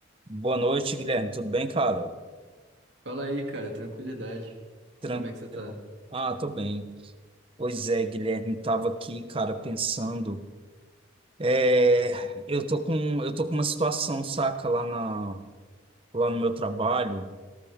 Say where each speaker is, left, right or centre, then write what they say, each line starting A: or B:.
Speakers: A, on the right; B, on the right.
A: Boa noite, Guilherme. Tudo bem, cara?
B: Fala aí, cara, tranquilidade.
A: Tranquilo.
B: Como é que você tá?
A: Ah, tô bem. Pois é, Guilherme, tava aqui, cara, pensando. É, eu tô com, eu tô com uma situação, saca, lá na, lá no meu trabalho.